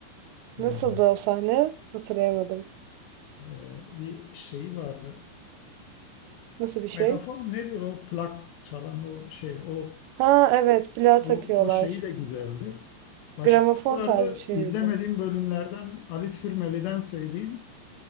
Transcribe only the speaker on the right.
Nasıldı o sahne? Hatırlayamadım.
Nasıl bir şey?
Ha evet plağa takıyorlar.
Gramofon
tarzı bir şey
miydi?